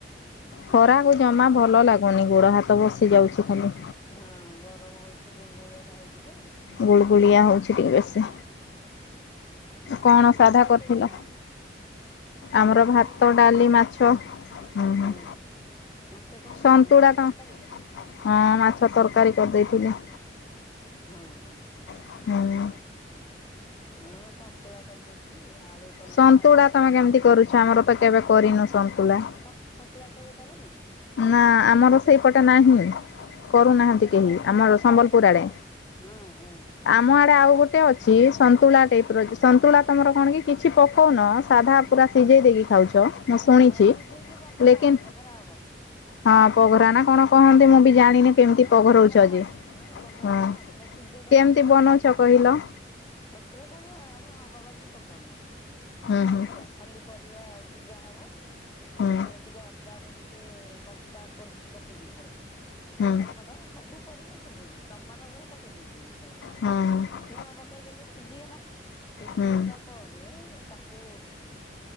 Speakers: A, on the left (about 75°); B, on the left (about 25°).
A: ଖରାକୁ
B: ଥଣ୍ଡା
A: ଜମା
B: ପ୍ରବଳ
A: ଭଲ ଲାଗୁନି, ଗୋଡ଼ ହାତ ବସି ଯାଉଛି ଖାଲି।
B: ହଁ ଗରମ ହଉଚି ଗୁଳଗୁଳିଆଟା ହଉଚି ତ।
A: ଗୁଳଗୁଳିଆ ହଉଛି ଟିକେ ବେଶୀ।
B: ଆଉ
A: କଣ
B: ଆଜି
A: ସାଧା
B: ରୋଷେଇ
A: କରିଥିଲ?
B: କଲ ହଁ
A: ଆମର
B: ସାଧା
A: ଭାତ,
B: ସନ୍ତୁଳା
A: ଡାଲି, ମାଛ ହୁଁ-
B: ହଁ
A: ହୁଁ।
B: ମାଛ କଣ
A: ସନ୍ତୁଳା ତ
B: ତରକାରୀ?
A: ହଁ ମାଛ ତରକାରୀ କରିଦେଇଥିଲି।
B: ହଁ- ହଁ- ହଁ- ହ
A: ହୁଁ।
B: ମୁଁ ସତୁଳା କରିଦେଇଥିଲି, ଆଳୁ କଲରା
A: ସନ୍ତୁଳା
B: ଚିପ୍ସ
A: ତମେ କେମିତି କରୁଛ, ଆମର ତ କେବେ କରିନୁ ସନ୍ତୁଳା?
B: ତ ସନ୍ତୁଳା କେବେ କରନେଇ?
A: ନା ଆମର ସେଇପଟେ ନାହିଁ। କରୁନାହାନ୍ତି
B: ଛତୁଆ
A: କେହି,
B: ଟା
A: ଆମର ସମ୍ବଲପୁର
B: ଭଲ
A: ଆଡେ।
B: ହଁ ହଁ
A: ଆମ ଆଡେ ଆଉ ଗୋଟେ ଅଛି ସନ୍ତୁଳା ଟାଇପର, <unintelligible> ସନ୍ତୁଳା ତମର କଣ କି କିଛି ପକଉନ ସାଧା ପୁରା ସିଝେଇ ଦେଇକି ଖାଉଛ, ମୁଁ ଶୁଣିଛି।
B: ହଁ ସିଝେଇକି ବଘରା
A: ହେଲେ କେ
B: ବଘରା ହବ।
A: ହଁ ପଘରା ନା କଣ କହନ୍ତି ମୁଁ ବି ଜାଣିନି। କେମିତି
B: ହଁ
A: ପଘରଉଛ
B: ବଘରା ହବ
A: ଯେ,
B: ନା ବଘରା
A: ହଁ
B: ହବ ନା ପୁରା ସିଝେଇ
A: କେମିତି ବନଉଛ କହିଲ?
B: ସନ୍ତୁଳା ଟା, ଆମେ ହଳଦୀ ପକାଉନା।
A: ହୁଁ ହୁଁ
B: ହେଲା ଖାଲି ପରିବା ସିଝା ହବ,
A: ହୁଁ
B: ସେଥିରେ ଟିକେ ଅଦା ମୁଁ ଟିକେ କ କଞ୍ଚା କୋରିକି ପକେଇ ଦେଇଥାଏ,
A: ହୁଁ
B: ଟମାଟ ସବୁ ପରିବା ସିଝେଇ ଦିଏ, ଟମାଟ <unintelligible> ପକେଇ ଦେଇେଥିବି ଭିତରେ।
A: ହଁ।
B: ଲୁଣ ପକେଇଦେଲି ସିଝିଗଲା, ସିଝିଗଲା
A: ହୁଁ
B: ପରେ ତା କୁ